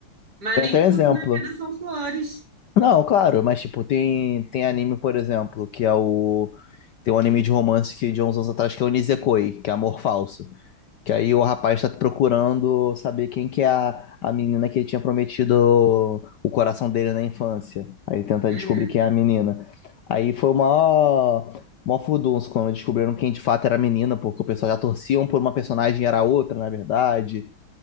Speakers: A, on the right; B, on the left.
A: Mas
B: Tem
A: nem
B: até
A: tudo
B: um exemplo.
A: na vida são flores.
B: Não, claro, mas tipo, tem, tem anime, por exemplo, que é o. Tem um anime de romance que de uns anos atrás que é o Nisekoi, que é Amor Falso. Que aí o rapaz tá procurando saber quem que é a, a menina que ele tinha prometido o coração dele na infância. Aí tenta
A: Uhum.
B: descobrir quem é a menina. Aí foi o maior, maior furdunço quando descobriram quem de fato era a menina, porque o pessoal já torciam por uma personagem e era outra, na verdade.